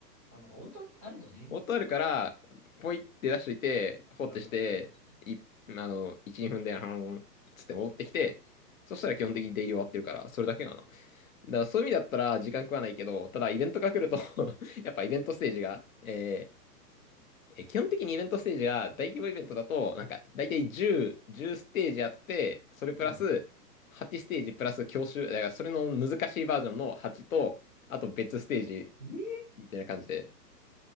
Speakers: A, in the centre; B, on the left.
A: あの、なんかオートあるとね、
B: オートあるから、ポイって出しといて、放ってして、
A: 楽だわな。確かに。
B: い、あの、1、2分で、あの、つって戻ってきて、そしたら基本的にデイリー終わってるから、
A: うん。
B: それだけかな。だからそういう意味だったら時間食わないけど、ただイベントが来ると <laughs> やっぱイベントステージが、えーえー基本的にイベントステージが大規模イベントだと、なんか大体10、10ステージあって、それプラス8ステージプラス教習、
A: うん。
B: だからそれの難しいバージョンの8と、あと別ステージ
A: いやー。
B: みたいな感じで、